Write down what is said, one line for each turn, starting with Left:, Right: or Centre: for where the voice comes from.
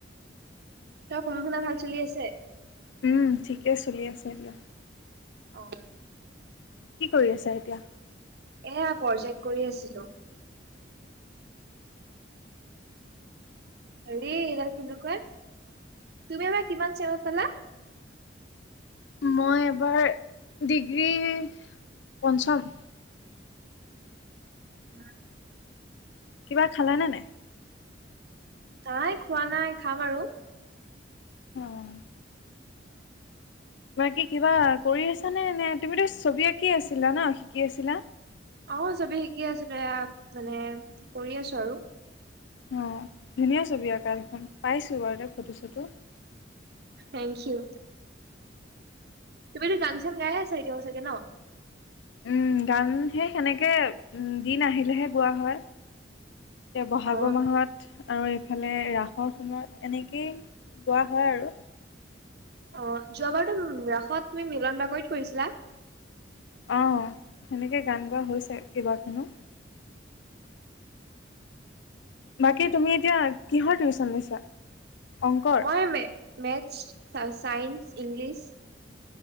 Right: ত পঢ়া শুনা ভাল চলি আছে?
Left: উম ঠিকে চলি আছে দিয়া।
Right: অঁ।
Left: কি কৰি আছা এতিয়া?
Right: এইয়া প্ৰজেক্ট কৰি আছিলো। হেৰি এইডাল কি বুলি কয়, তুমি এবাৰ কিমান চেমত পালা?
Left: মই এইবাৰ ডিগ্ৰীৰ পঞ্চম,
Right: উম।
Left: কিবা খালা নে নাই?
Right: নাই খোৱা নাই খাম আৰু।
Left: অঁ। বাকি কিবা কৰি আছানে নে, তুমিতো ছবি আঁকি আছিলা ন শিকি আছিলা।
Right: অ চবি শিকি আছিলো এয়া মানে কৰি আছো আৰু।
Left: অঁ ধুনীয়া ছবি আঁকা দেখোন পাইছোঁ বাৰু দে ফটো চটো।
Right: Thank you. তুমিতো গান ছান গাইয়ে আছা, এতিয়াও চাগে ন।
Left: উম গান সেই সেনেকে উম দিন আহিলেহে গোৱা হয়। এয়া বহাগৰ
Right: অ
Left: মাহত আৰু এই, ইফালে ৰাসৰ সময়ত এনেকেই গোৱা হয় আৰু।
Right: অ যোৱাবাৰতো ৰাসত তুমি মিলন বাকৰিত কৰিছিলা।
Left: অঁ সেনেকে গান গোৱা হৈছে কেইবাখনো। বাকী তুমি এতিয়া কিহৰ টিউশচন লৈছা। অংকৰ
Right: মই মে - মেথছ, চা - চাইন্স, ইংলিছ,